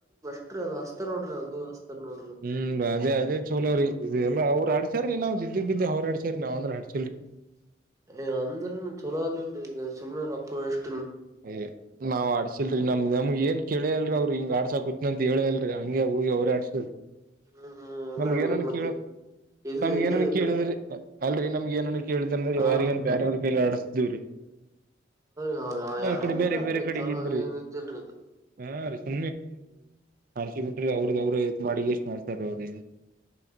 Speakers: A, on the right; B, on the right.
A: ರಿ ಅದು ಹಸ್ತ ನೋಡ್ರಿ ಅದು ಹಸ್ ನೋಡಿರಿ
B: ಹ್ಮ್ ಅದೇ ಅದೇ ಚಲೋ ರೀ ಇ ಎಲ್ಲ ಅವ್ರು ಆಡ್ಸಾರಿೀ ನಾವ್ ಇದಿದ್ದುಗ್ ಬಿದ್ದೆ ಅವ್ರ ಆಡ್ಸಾರಿ ನಾವ್ ಅ್ರ ಆಡ್ಸ
A: ಏ ಅಂದ್ರೆ ಚಲೋ ಅಲ್ಲಿಲ್ರಿ ಸುಮ್ನೆ ರಕ್ಕ ಎಷ್ಟ
B: ಯ್ ನಾವ್ ಆಡ್ಸಿಲ್ರಿ ನಮ್ದ ನಮಗಗೆ ಏನ್ ಕೇಳಲ್ರರಿ ಅವ್ರರು ಹಿಂಗ ಆಡಸಾ ಕೂುದನ ಅಂತ ಹೇಳಿಲ್ರಿ ಹಂಗೆ ಹೋಗಿ ಅವ್ರ ಆಡ್ಸ್
A: ಹ್ಮ್ ಹ್ಮ್ ಎಲ್ಲ
B: ನಮ್ಗ ಏನನ್
A: ಮತ್ತೆ
B: ಕೇಳ
A: ಇದು
B: ನಮ್ಗೆ
A: ಇದು
B: ಏನನ್ ಕೇಳಿದ್ರಿ
A: ಕತ್
B: ಅಲ್ರಿ ನಮಗ ಏನನ್ ಕೇಳಿದ ಅ್ರ
A: ಹಾ
B: ಯಾರಿಗಏ ಬೇಾರವ್ರ ಕೈಲಿ ಆಡಿಸಸಿದವ್ರಿ
A: ಯಾವ
B: ಹ ಈ ಕಡೆ ಬೇರೆ ಬೇರೆ ಕಡೆಗೆ
A: ಚಲೋ
B: ಇದ್ರೆ
A: ಏನ್ ಇದಿಲ್ರಿ ಅದು
B: ಹ ಸ ಹರ್ಸಿ ಬಿಟ್ರಿ ಅವ್ರಗ್ ಅವ್ರರು ಮಾಡಿಗೆ ಎಷ್ಟ್ ಮಾಡ್ತಾರ ಅವ್ರ.